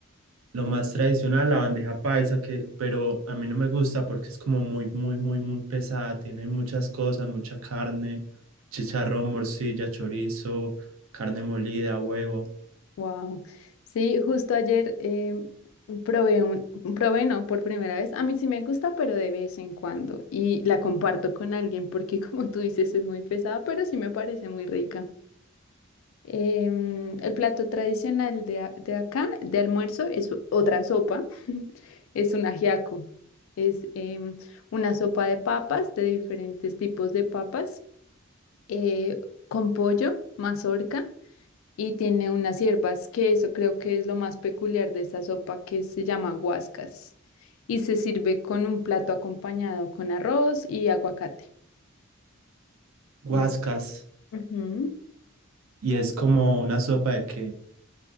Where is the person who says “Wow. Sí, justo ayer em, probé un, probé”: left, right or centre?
Left